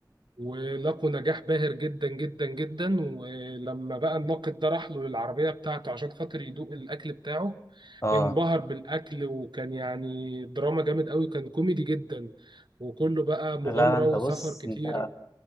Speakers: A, on the right; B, on the left.
A: ولقوا نجاح باهر جدا جدا جدا ولما بقى الناقد ده راح له للعربية بتاعته عشان خاطر يدوق الأكل بتاعه
B: اه
A: انبهر بالأكل وكان يعني دراما جامد قوي كان كوميدي جدا وكله بقى مغامرة
B: لا لا انت
A: وسفر
B: بص
A: كتير
B: انت